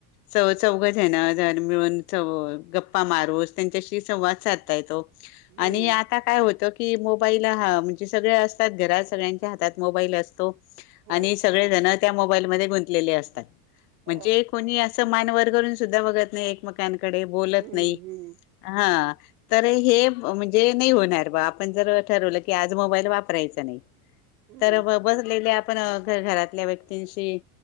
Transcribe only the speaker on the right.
हम्म
हो
हा
हम्म
हम्म
हम्म